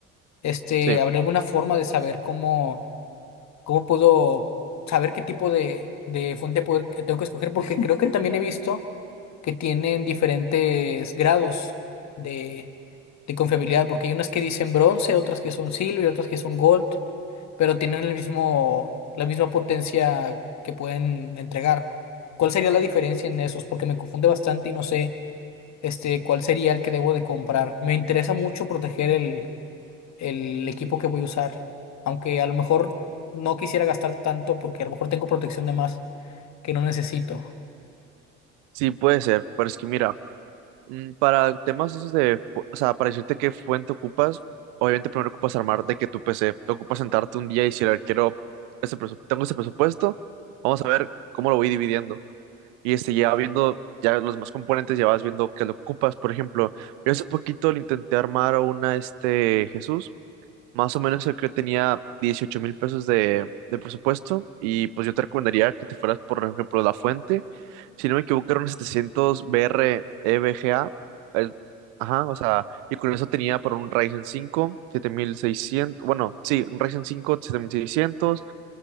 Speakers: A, on the left; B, on the right.
A: Este,
B: Sí,
A: ¿habría alguna forma de saber cómo, cómo puedo saber qué tipo de, de fuente de poder que tengo que escoger? Porque creo que también he visto que tienen diferentes grados de, de confiabilidad, porque hay unas que dicen bronce, otras que son silver, otras que son gold pero tienen el mismo, la misma potencia que pueden entregar. ¿Cuál sería la diferencia en esos? Porque me confunde bastante y no sé, este, cuál sería el que debo de comprar. Me interesa mucho proteger el, el equipo que voy a usar, aunque a lo mejor no quisiera gastarte tanto porque a lo mejor tengo protección de más que no necesito.
B: sí puede ser, pero es que mira, Mm, Para temas esos de, fu- o sea, para decirte qué fuente ocupas, obviamente primero ocupas armar de que tu PC, te ocupas sentarte un día y decir, "A ver, quiero, ese presu- tengo ese presupuesto, vamos a ver cómo lo voy dividiendo. Y este, ya viendo ya los más componentes, ya vas viendo qué lo ocupas. Por ejemplo, yo hace poquito le intenté armar a una, este, Jesús. Más o menos el que tenía dieciocho mil pesos de, de presupuesto y pues yo te recomendaría que te fueras por ejemplo La Fuente. Si no me equivoco eran 700 BR EVGA. eh, ajá, o sea, y con eso tenía por un Ryzen cinco siete mil seiscientos bueno, sí, un Ryzen cinco siete mil seiscientos